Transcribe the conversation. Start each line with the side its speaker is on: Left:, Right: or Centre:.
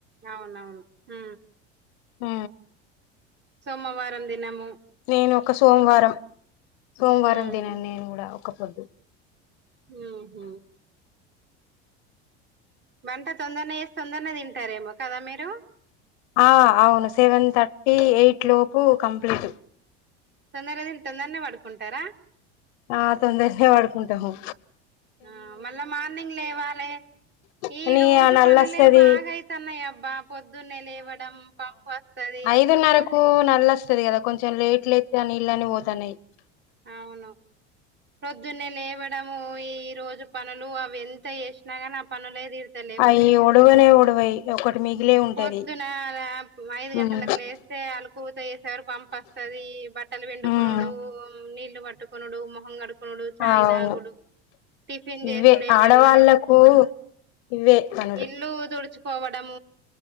Right: అవునవును ఊ
Left: ఊ
Right: సోమవారం దినము
Left: నేను ఒక సోమవారం సోమవారం
Right: ఉమ్
Left: దినను నేను కూడా ఒక్కపొద్దు
Right: ఊహూ వంట తొందరనే చేసి తొందరనే తింటారేమో కదా మీరు
Left: ఆ అవును సెవెన్ థర్టీ ఎయిట్ లోపు కంప్లీటు
Right: తొందరగా తిని తొందరనే పడుకుంటారా
Left: ఆ తొందరనే వడుకుంటాము
Right: ఆ మళ్ళా మార్నింగ్ లేవాలె ఈ
Left: కానీ
Right: రోజు
Left: ఆ నల్లొస్తది
Right: పనులే బాగయితాన్నాయబ్బా పొద్దున్నే లేవడం పంపొస్తాది
Left: ఐదున్నరు నల్లొస్తది కదా కొంచెం లేట్ లేత్తే ఆ నీళ్ళన్నీ పోతాన్నాయి
Right: అవును ప్రొద్దున్నే లేవడము ఈ రోజు పనులూ అవి ఎంత చేసిన కాని ఆ పనులే తీర్ లేవు
Left: అయి ఒడవనే ఒడవయి ఒకటి మిగిలే ఉంటది
Right: పొద్దునా ఐదు గంటల్లకు
Left: ఉమ్
Right: లేస్ తే అలుకూతె ఏసేవాల్ పంపొస్తదీ బట్టలు పిండుకొనుడూ
Left: ఉమ్
Right: నీళ్లు పట్టుకొనుడూ మొహం కడుకొనుడూ ఛాయ్
Left: ఆ అవును
Right: తాగుడు, టిఫిన్ చేసుడేమన్నా
Left: ఇవే ఆడవాళ్ళలకు ఇవే పనులు
Right: ఇళ్లు తుడుచుకోవడ్ డం